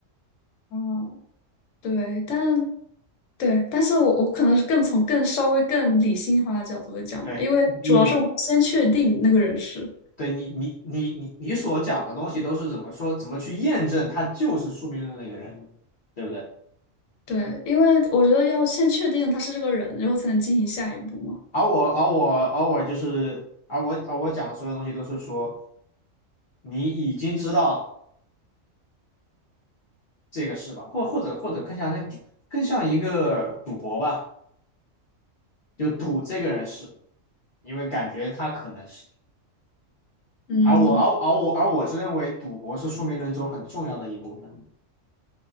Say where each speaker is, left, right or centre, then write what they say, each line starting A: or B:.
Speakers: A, on the left; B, on the left.
A: 哦，对，但对，但是我我可能是更从更稍微更理性化的角度来讲吧，
B: 对你，
A: 因为主要是我们先确定那个人是，
B: 对你，你你你你所讲的东西都是怎么说，怎么去验证他就是宿命论那个人，对不对？
A: 对，因为我觉得要先确定他是这个人，然后才能进行下一步嘛。
B: 而我而我而我就是而我而我讲的所有东西都是说你已经知道这个事吧，或或者或者更像那更像一个赌博吧，就赌这个人是，因为感觉他可能是。
A: 嗯，
B: 而我而而我而我是认为赌博是宿命论中很重要的一部分。
A: 怎么？